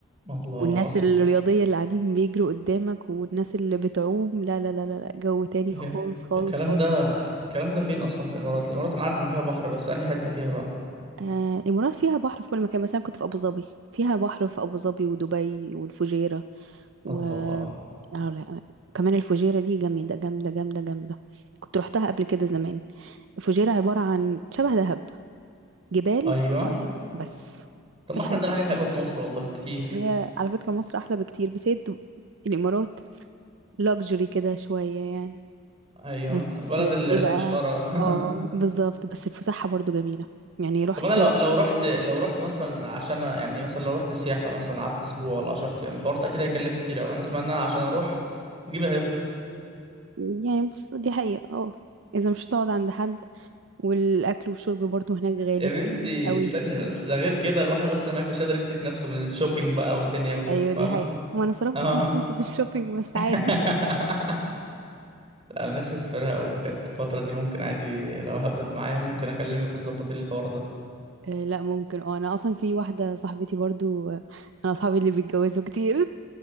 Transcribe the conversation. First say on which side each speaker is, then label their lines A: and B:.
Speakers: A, on the right; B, on the right.
A: الله
B: والناس الرياضيه اللي قاعدين بيجروا قدامك والناس اللي بتعوم لا لا لا لا لا، جو تاني
A: هي
B: خالص خالص
A: الكلام
B: خالص
A: ده الكلام ده فين اصلا في الامارات الامارات انا عارف ان فيها بحر بس انهي حتة فيها بقى
B: آه، الإمارات فيها بحر في كل مكان مثلا كنت في أبو ظبي فيها بحر في أبو ظبي ودبي والفجيرة و
A: الله
B: آه، لا، كمان الفجيرة دي جامدة جامدة جامدة جامدة كنت روحتها قبل كده زمان الفجيرة عبارة عن شبه دهب جبال
A: ايوه
B: ومية بس
A: طب
B: مفيش
A: ما احنا
B: حاجة
A: عندنا
B: تانية
A: حاجات حلوة في مصر والله كتير
B: هي على فكرة مصر أحلى بكتير بس هي دب- الإمارات لاكجري كده شوية يعني
A: ايوه
B: بس
A: بلد
B: آه،
A: ال-
B: إيه
A: الفشخرة
B: بقى
A: <laughs>
B: اه بالظبط بس الفسحة برضو جميلة يعني رحت
A: طب انا لو لو رحت لو رحت مثلا عشان أ- يعني مثلا لو رحت سياحة مثلا قعدت اسبوع ولا 10 ايام الحوار ده كده هيكلف كتير قوي انا اسمع ان انا عشان اروح جيبي هيفضى
B: يعني بص دي حقيقة اه اذا مش هتقعد عند حد والاكل والشرب برضو هناك غالي
A: يا بنتي
B: قوي
A: استني بس ده غير كده الواحد اصلا هناك مش قادر يمسك نفسه من الشوبينج بقى والدنيا و-
B: ايوه دي
A: فاهمه
B: حقيقة وانا صرفت
A: اه
B: كل فلوسي في الشوبينج بس
A: <laughs>
B: عادي
A: انا نفسي اسافرها قوي بجد الفتره دي ممكن عادي لو هبت معايا ممكن اكلمك وتظبطي لي الحوار ده
B: <laughs> آه لا ممكن اه انا اصلا في واحدة صاحبتي برضو آه، انا اصحابي اللي بيتجوزوا كتير